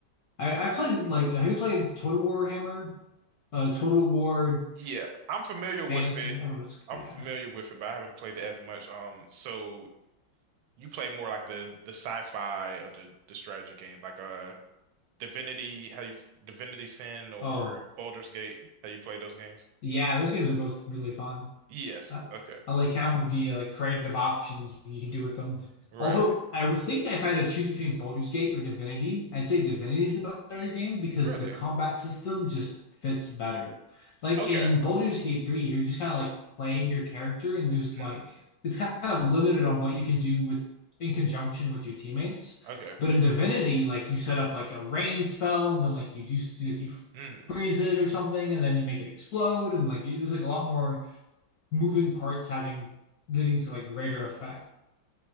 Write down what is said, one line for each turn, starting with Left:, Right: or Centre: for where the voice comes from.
Left: I, I've played like uh, have you played Total War Hammer? Uh, Total War
Right: Yeah, I'm familiar with
Left: Fantasy.
Right: it.
Left: I don't know. It's,
Right: I'm
Left: yeah.
Right: familiar with it, but I haven't played it as much. Um, so you play more like the the sci-fi of the the strategy games, like uh Divinity, how you Divinity Sin or
Left: Oh,
Right: Baldur's Gate. How you play those games?
Left: yeah. Those games are both really fun.
Right: Yes.
Left: I,
Right: Okay.
Left: I like having the like creative options you can do with them.
Right: Right.
Left: Although I would think if I had to choose between Baldur's Gate or Divinity, I'd say Divinity is the better game because
Right: Really?
Left: the combat system just fits better. Like
Right: Okay.
Left: in Baldur's Gate 3, you're just kind of like playing your character and there's
Right: Mm.
Left: like it's kind of limited on what you can do with in conjunction with your teammates.
Right: Okay.
Left: But in Divinity, like you set up like a rain spell and then like you do like you
Right: Mm.
Left: freeze it or something and then you make it explode and like you, there's like a lot more moving parts having leading to like greater effects.